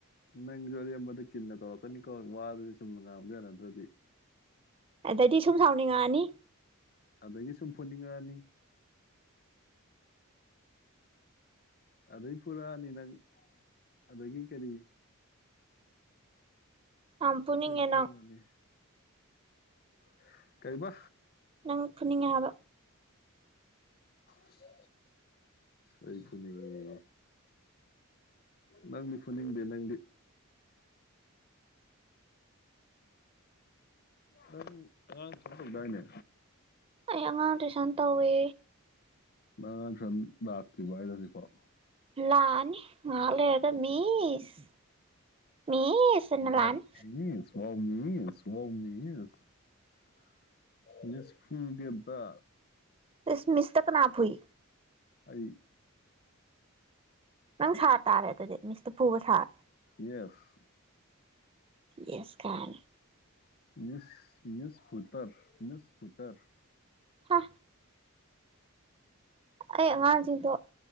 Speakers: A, on the left (about 45°); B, on the right (about 25°).
A: ꯅꯪꯁꯨ ꯑꯔꯦꯝꯕꯗ ꯀꯤꯟꯅ ꯇꯧꯔꯛꯀꯅꯤꯀꯣ ꯋꯥꯗꯨꯗꯤ ꯆꯨꯝꯅ ꯉꯥꯡꯕꯗ ꯌꯥꯅꯗ꯭ꯔꯗꯤ
B: ꯑꯗꯗꯤ ꯁꯨꯝ ꯁꯥꯎꯅꯤꯡꯉꯛꯑꯅꯤ
A: ꯑꯗꯒꯤ ꯁꯨꯝ ꯐꯨꯅꯤꯡꯉꯛꯑꯅꯤ ꯑꯗꯩ ꯐꯨꯔꯛꯑꯅꯤ ꯅꯪ ꯑꯗꯒꯤ ꯀꯔꯤ <unintelligible>
B: ꯌꯥꯝ ꯐꯨꯅꯤꯡꯉꯦ ꯅꯪ
A: ꯀꯩꯕ
B: ꯅꯪ ꯐꯨꯅꯤꯡꯉꯦ ꯍꯥꯏꯕ
A: ꯏꯁ ꯑꯩ ꯐꯨꯅꯤꯡꯉꯦꯌꯦ ꯅꯪꯗꯤ ꯐꯨꯅꯤꯡꯗꯦ ꯅꯪꯗꯤ ꯅꯪ ꯑꯉꯥꯡ ꯇꯨꯏꯁꯟ ꯇꯧꯗꯥꯏꯅꯦ
B: ꯑꯩ ꯑꯉꯥꯡ ꯇꯨꯏꯁꯟ ꯇꯧꯋꯦ
A: ꯅꯪ ꯑꯉꯥꯡ ꯇꯨꯁꯟ ꯂꯥꯛꯇ꯭ꯔꯤꯕ ꯍꯥꯏꯖꯦ ꯍꯧꯖꯤꯛꯐꯥꯎ
B: ꯂꯥꯛꯑꯅꯤ ꯉꯍꯥꯛ ꯂꯩꯔꯒ ꯃꯤꯏꯁ ꯃꯤꯏꯁ ꯑꯅ
A: ꯋꯥꯎ
B: ꯂꯥꯛꯑꯅꯤ
A: <unintelligible> <inaudible> ꯃꯤꯁ ꯐꯨꯒꯦ ꯑꯝꯇ
B: ꯏꯁ ꯃꯤꯁꯇ ꯀꯅꯥ ꯐꯨꯏ
A: ꯑꯩ
B: ꯅꯪ ꯁꯥꯔ ꯇꯥꯔꯦ ꯑꯗꯨꯗꯤ ꯃꯤꯁꯇ ꯐꯨꯕ ꯁꯥꯔ
A: ꯌꯦꯁ
B: ꯌꯦꯁ ꯀꯥꯏꯅ
A: ꯃꯤꯁ ꯃꯤꯁ ꯐꯨꯇꯔ ꯃꯤꯁ ꯐꯨꯇꯔ
B: ꯍꯥ ꯑꯩ ꯑꯉꯥꯡꯁꯤꯡꯗꯣ